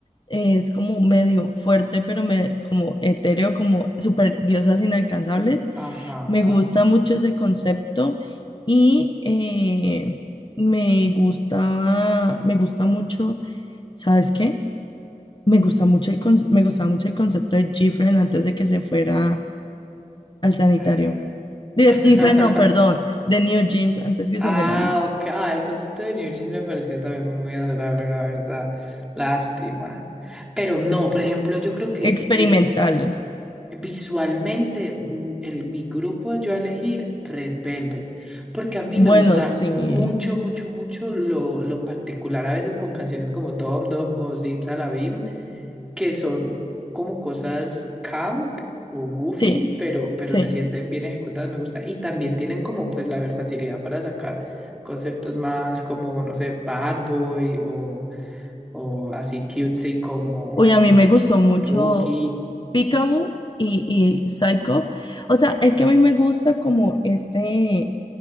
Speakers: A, on the left; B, in the centre.
A: eh, es como medio fuerte, pero me, como etéreo, como super diosas inalcanzables.
B: ajá.
A: Me gusta mucho ese concepto y eh, me gusta, me gusta mucho, ¿sabes qué? Me gusta mucho el con- me gustaba mucho el concepto de Gifren antes de que se fuera al sanitario.
B: eh.
A: De
B: <laughs>
A: Gifren, no, perdón, de New Jeans antes que
B: Ah,
A: se fuera al
B: ok. Ah, el concepto de New Jeans me parecía también muy adorable, la verdad. Lástima. Pero no, por ejemplo, yo creo que
A: experimental.
B: eh, visualmente mm, el, mi grupo yo a elegir Red Velvet, porque a mí
A: Bueno,
B: me gusta
A: sí,
B: mucho, mucho, mucho lo, lo particular a veces con canciones como Dom Dom o Zim Salabim, que son como cosas camp o goofy,
A: sí,
B: pero, pero
A: sí.
B: se sienten bien ejecutadas, me gusta. Y también tienen como pues la versatilidad para sacar conceptos más como, no sé, Bad Boy o, o así cutesy como
A: Uy, a mí me gustó mucho
B: Rookie.
A: Pikachu y, y Psycho. O sea, es que a mí me gusta como este,